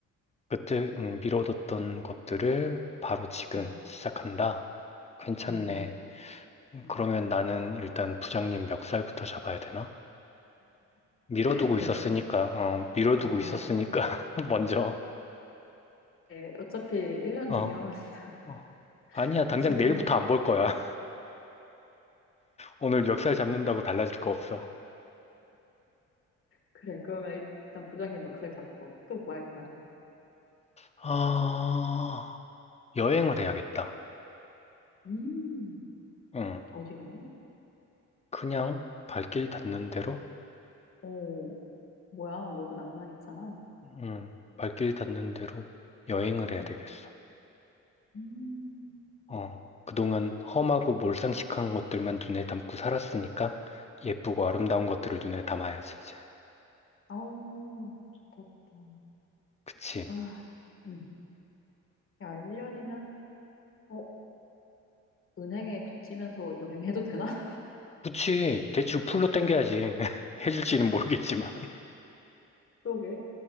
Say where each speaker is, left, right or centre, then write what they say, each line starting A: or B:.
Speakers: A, on the left; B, on the left.
A: 그때 음, 미뤄뒀던 것들을 바로 지금
B: 음,
A: 시작한다. 괜찮네.
B: 음,
A: 음,
B: 음,
A: 그러면
B: 음.
A: 나는 일단 부장님 멱살부터 잡아야 되나? 미뤄두고
B: <laughs> 그렇지
A: 있었으니까, 어, 미뤄두고
B: 어,
A: 있었으니까,
B: 어.
A: <laughs> 먼저,
B: 네, 어차피 1년
A: 어,
B: 뒤면 <laughs>
A: 어. 아니야, 당장
B: 지금
A: 내일부터 안 볼 거야. 오늘 역살 잡는다고 달라질 거 없어.
B: 그래 그러면 일단 부장님 멱살 잡고 또 뭐 할 거야?
A: 아, 여행을 해야겠다.
B: 음
A: 응.
B: 어디로?
A: 그냥 발길 닿는 대로,
B: 오 뭐야 너도 낭만 있잖아
A: 응. 발길 닿는 대로 여행을 해야
B: 음.
A: 되겠어.
B: 음.
A: 어. 그동안 험하고 몰상식한 것들만 눈에 담고 살았으니까 예쁘고 아름다운 것들을 눈에 담아야지, 이제.
B: 어, 좋다, 좋다.
A: 그치.
B: 아, 음. 야, 1년이면, 어, 은행에 빚지면서 여행해도 되나? <laughs>
A: 그치. 대출 풀로 땡겨야지. <laughs> 해줄지는 모르겠지만.
B: 그러게.